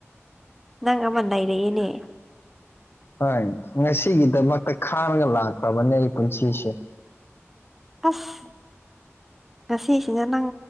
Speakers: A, in the centre; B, on the left.
A: ꯅꯪꯃꯅꯥ ꯏꯗꯦ ꯌꯦꯅꯦ
B: ꯍꯣꯏ ꯉꯁꯤꯒꯤꯗꯃꯛꯇ ꯈꯥꯡꯉꯒ ꯂꯥꯛꯈ꯭ꯔꯕꯅꯦ ꯑꯩ ꯄꯨꯟꯁꯤꯁꯦ
A: ꯐꯁ ꯉꯁꯤꯁꯤꯡꯅ ꯅꯪ